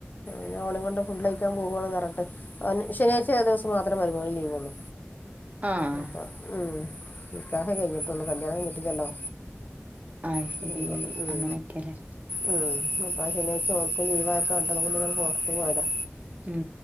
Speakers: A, on the left; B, on the right.
A: ഇന്നവളേം കൊണ്ട് ഫുഡ് കഴിക്കാൻ പോവാണ്നാറിഞ്ട്ട് ശനിയാഴ്ച ദിവസം മാത്രേ മരുമോന് ലീവ്ള്ളൂ
B: ആഹ്
A: അപ്പഉം നിക്കാഹെ കഴിഞ്ഞിട്ടുള്ളു കല്യാണം കഴിഞ്ഞിട്ടില്ലല്ലോ
B: അത്ശേരി
A: അപ്പം ഉം
B: അങ്ങനെയൊക്കെല്ലെ
A: ഉം ഇന്നിപ്പ ശനിയാഴ്ച ഓന്ക്കും ലീവായപ്പോ രണ്ടാളും കൂടി ഇങ്ങനെ പുറത്തു പോയതാ
B: ഉം